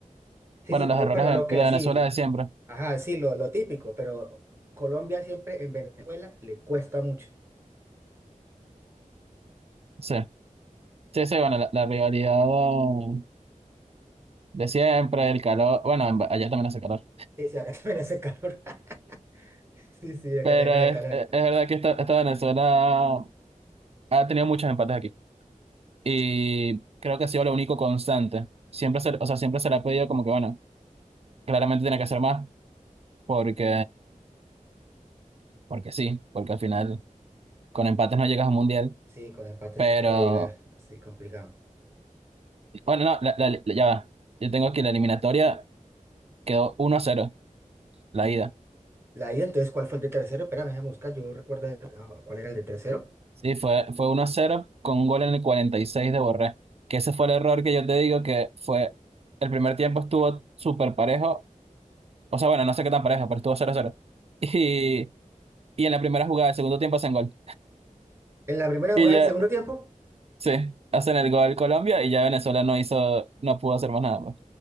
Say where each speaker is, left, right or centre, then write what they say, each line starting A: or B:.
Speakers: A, on the right (about 20°); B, on the right (about 45°).
A: Sí,
B: Bueno,
A: sí,
B: los
A: no,
B: errores
A: pero lo que
B: de, de Venezuela
A: sí,
B: de siempre.
A: ajá, sí, lo, lo típico, pero Colombia siempre en Venezuela le cuesta mucho.
B: Sí, sí, sí, bueno, la, la rivalidad eh, de siempre, el calor. Bueno, en- Ba- allá también hace calor.
A: Sí, sí, acá <laughs> también hace calor. <laughs> Sí, sí, acá
B: Pero
A: también
B: es,
A: hace calor.
B: es- es verdad que esta, esta Venezuela ha tenido muchos empates aquí. Y creo que ha sido lo único constante. Siempre se, o sea, siempre se le ha pedido como que, bueno, claramente tiene que hacer más porque, porque sí, porque al final con empates no llegas a un mundial.
A: Sí, con empate
B: Pero,
A: no se puede llegar, así complicado.
B: bueno, no, la- la- ya va. Yo tengo aquí la eliminatoria, quedó uno a cero la ida.
A: La ida, entonces, ¿cuál fue el de tercero? Espérame, déjame buscar, yo recuerdo ah, cuál era el de tercero.
B: Sí, fue, fue uno a cero con un gol en el 46 de Borré. Que ese fue el error que yo te digo que fue, el primer tiempo estuvo súper parejo. O sea, bueno, no sé qué tan parejo, pero estuvo cero a cero <laughs> Y, y en la primera jugada del segundo tiempo hacen gol.
A: En la primera
B: y
A: jugada
B: ya
A: del segundo tiempo.
B: Sí, hacen el gol Colombia y ya Venezuela no hizo, no pudo hacer más nada, pues,